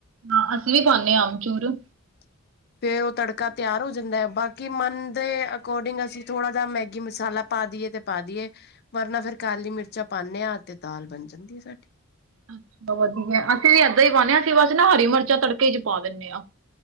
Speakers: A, on the right; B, on the left.
A: ਹਾਂ! ਅਸੀ ਵੀ ਪਾਉਂਨੇਂ ਹਾਂ ਅਮਚੂਰ।
B: <inaudible> ਫੇਰ ਉਹ ਤੜਕਾ ਤਿਆਰ ਹੋ ਜਾਂਦਾ ਹੈ। ਬਾਕੀ ਮੰਨ ਦੇ ਅਕੋਰਡਿੰਗ ਅਸੀ ਥੋੜਾ ਜਿਹਾ ਮੈਗੀ ਮਸਾਲਾ ਪਾ ਦਈਏ। ਤੇ ਪਾ ਦਈਏ, ਵਰਨਾ ਫਿਰ ਕਾਲੀ ਮਿਰਚਾਂ ਪਾਉਂਨੇਂ ਹਾਂ। ਤੇ ਦਾਲ ਬਨ ਜਾਂਦੀ ਹੈ ਸਾਡੀ।
A: ਅੱਛਾ! ਵਧੀਆ, ਅਸੀ ਵੀ ਇਹਦਾਂ ਹੀ ਕਰਨੇ ਹਾਂ। ਅਸੀ ਬਸ ਨਾ, ਹਰੀ ਮਿਰਚਾਂ ਤੜਕੇ ਚ ਹੀ ਪਾ ਦਿੰਨੇਂ ਹਾਂ।